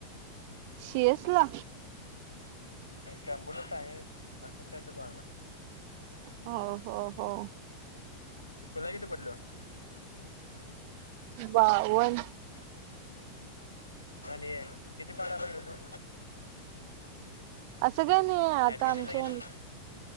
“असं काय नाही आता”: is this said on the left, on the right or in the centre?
Right